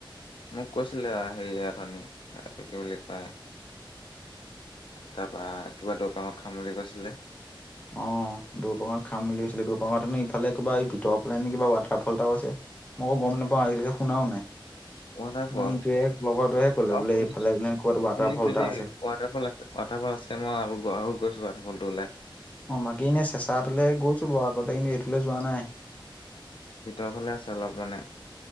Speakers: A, on the left (about 70°); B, on the left (about 15°).
A: মোক কৈছিলে, হেৰি অথনি, এইটো কি বুলি কয়? তাৰপা, কিবা দৈপাঙত খাম বুলি কৈছিলে।
B: অ'! দৈপাঙত খাম বুলি কৈছিলে। দৈপাঙত ইফালে কিবা, এই, ভিতৰ ফালে নে, কিবা ৱাটাৰ ফ'ল এটাও আছে। মইয়ো গম নাপাওঁ। আজিলৈকে, শুনাও নাই।
A: ৱাটাৰফল
B: অ'! এইটোৱে, লগৰটোৱে ক'লে
A: অ
B: বোলে,
A: শুনিছো
B: এইফালে ক'ত ৱাটাৰ
A: শুনিছো
B: ফ'ল এটা
A: দেই
B: আছে।
A: ৱাটাৰফ'ল আছে, ৱাটাৰফ'ল আছে। মই, আও, আও গৈছোঁ, ৱাটাৰফ'লটোলে।
B: অ'! বাকী, এনেই চেঁচাটোলে গৈছোঁ বাৰু আগতে। কিন্তু, এইটোলে যোৱা নাই।
A: এইফালে আছে, অলপ মানে।